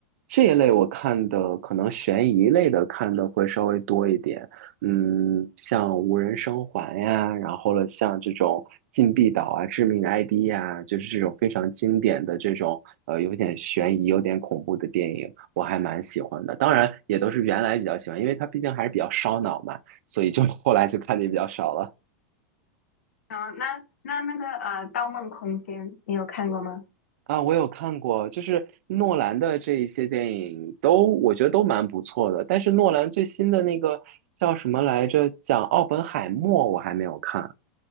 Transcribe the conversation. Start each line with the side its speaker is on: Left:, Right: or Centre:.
Right: 这一类我看的可能悬疑类的看的会稍微多一点，嗯，像无人生还呀，然后了像这种禁闭岛啊、致命 ID 呀，就是这种非常经典的这种呃有点悬疑、有点恐怖的电影，我还蛮喜欢的。当然也都是原来比较喜欢，因为它毕竟还是比较烧脑嘛，所以就后来就看的也比较少了。
Left: 啊，那那那个呃《盗梦空间》，你有看过吗？
Right: 啊，我有看过，就是诺兰的这一些电影都，我觉得都蛮不错的。但是诺兰最新的那个叫什么来着？讲奥本海默，我还没有看，